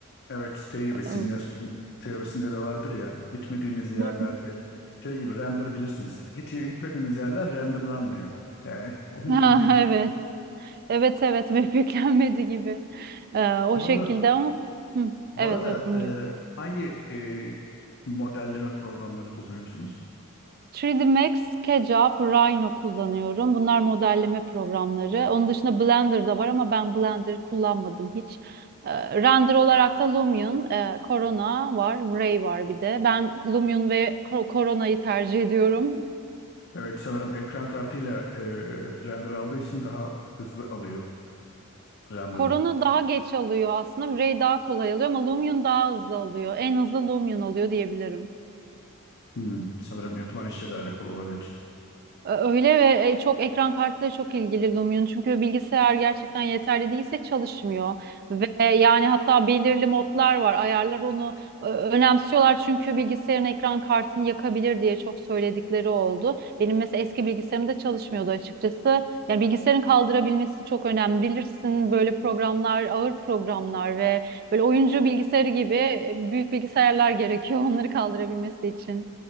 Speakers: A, on the left; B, on the right.
A: Evet şey gibi simülasyon
B: Ee, Hı
A: teorisinde de vardır ya gitmediğimiz yerlerde
B: hı.
A: şey gibi render bilirsiniz siz. Git, gitmediğimiz yerler renderlanmıyor. Yani onun,
B: <laughs> Ha,
A: onun gibi.
B: evet. Evet evet ve <laughs> yüklenmedi gibi. Ee, o
A: Bu
B: şekilde
A: arada,
B: ama Hı,
A: bu
B: evet
A: arada
B: evet dinliyorum.
A: e, hangi e, modelleme programlarını kullanıyorsunuz?
B: 3D Max, SketchUp, Rhino kullanıyorum. Bunlar modelleme programları. Onun dışında Blender da var ama ben Blender kullanmadım hiç. Ee, render olarak da Lumion, e, Corona var, Ray var bir de. Ben Lumion ve Cor- Corona'yı tercih ediyorum.
A: Evet sanırım ekran kartıyla e, render aldığı için daha hızlı alıyor render'ı.
B: Corona daha geç alıyor aslında. Ray daha kolay alıyor ama Lumion daha hızlı alıyor. En hızlı Lumion alıyor diyebilirim.
A: Hmm, sanırım yapılan işle de alakalı olabilir.
B: Öyle ve e, çok ekran kartı çok ilgili Lumion. Çünkü bilgisayar gerçekten yeterli değilse çalışmıyor. Ve e, yani hatta belirli modlar var. Ayarlar onu ö, önemsiyorlar. Çünkü bilgisayarın ekran kartını yakabilir diye çok söyledikleri oldu. Benim mesela eski bilgisayarımda çalışmıyordu açıkçası. Yani bilgisayarın kaldırabilmesi çok önemli. Bilirsin böyle programlar, ağır programlar ve böyle oyuncu bilgisayarı gibi e, büyük bilgisayarlar gerekiyor <laughs> onları kaldırabilmesi için.